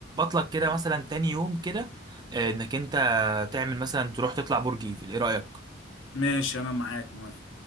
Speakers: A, on the right; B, on the left.
A: لك كده مثلا تاني يوم كده آه، انك انت تعمل مثلا تروح تطلع برج ايفل ايه رايك
B: ماشي انا معاك موافق